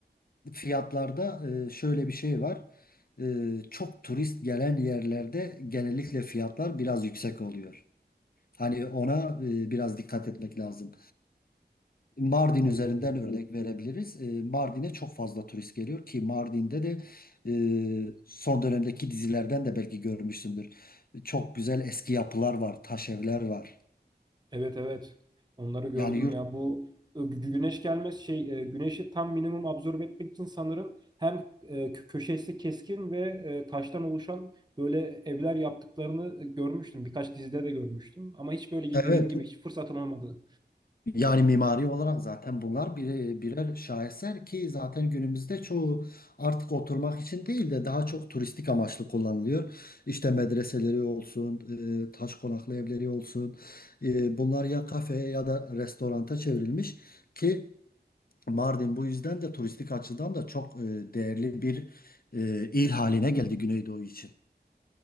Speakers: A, on the left (about 55°); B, on the right (about 25°).
A: fiyatlarda e, şöyle bir şey var. E, çok turist gelen yerlerde genellikle fiyatlar biraz yüksek oluyor. Hani ona e, biraz dikkat etmek lazım. Mardin
B: anladım.
A: üzerinden örnek verebiliriz. E, Mardin'e çok fazla turist geliyor ki Mardin'de de e, son dönemdeki dizilerden de belki görmüşsündür. Çok güzel eski yapılar var, taş evler var.
B: Evet evet. Onları gördüm
A: Yani yurt
B: ya. Bu e, gü- güneş gelmez şey e, güneşi tam minimum absorbe etmek için sanırım hem e, kö- köşesi keskin ve e, taştan oluşan böyle evler yaptıklarını e, görmüştüm. Birkaç dizide de görmüştüm. Ama hiç böyle
A: Evet.
B: dediğim gibi hiç fırsatım olmadı.
A: Yani mimari olarak zaten bunlar bire- birer şaheser ki zaten günümüzde çoğu artık oturmak için değil de daha çok turistik amaçlı kullanılıyor. İşte medreseleri olsun, e, taş konaklı evleri olsun. e, Bunlar ya kafeye ya da restoranta çevrilmiş ki Mardin bu yüzden de turistik açıdan da çok e, değerli bir e, il haline geldi Güneydoğu için.